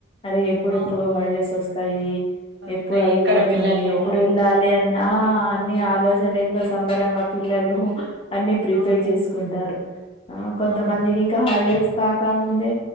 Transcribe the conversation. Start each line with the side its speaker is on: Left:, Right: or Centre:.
Left: అరే ఎప్పుడెప్పుడు
Right: అవును మాటలు
Left: హల్లెస్ వస్తాయి
Right: వస్తాయి
Left: ఎప్పుడు అయిపోతుంది
Right: ఎక్కడ వెళ్ళాలో
Left: ఎప్పుడు
Right: అని
Left: వెళ్ళాలి అని ఆ అన్ని ఆలోచనలు ఏన్నో సంబరంగా పిల్లలు అన్ని ప్రిపేర్
Right: అవునండి
Left: చేసుకుంటారు ఆ కొ
Right: అవునండి
Left: ఇంకా హాలిడేస్ కాకముందే